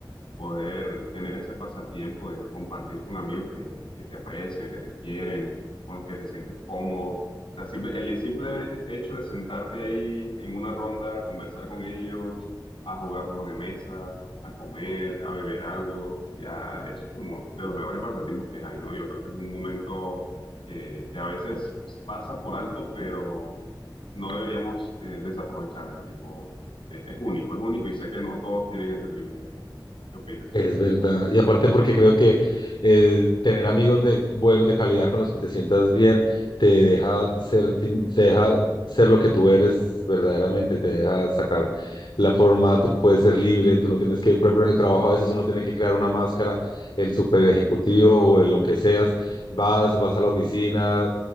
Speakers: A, on the left; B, on the left.
A: poder tener ese pasatiempo de compartir con amigos que, que te aprecian, que te quieren, con los que te sientes cómodo. O sea, simple- el simple hecho de sentarte ahí en una ronda, conversar con ellos, a jugar juegos de mesa a comer, a beber algo, ya eso es como de los mejores pasatiempos que hay, ¿no? Yo creo que es un momento eh, que a veces pasa por alto, pero no deberíamos eh, desaprovecharlo, tipo, eh, es único, es único y sé que no todos tienen ese privilegio. ¿Qué opinas?
B: Es verdad. Y aparte porque creo que eh, tener amigos de buenos, de calidad, con los que te sientas bien, te deja ser, ti- te deja ser lo que tú eres verdaderamente, te deja sacar la forma, tú puedes ser libre, tú no tienes que, por ejemplo, en el trabajo a veces uno tiene que crear una máscara, el super ejecutivo o el lo que seas, vas, vas a la oficina.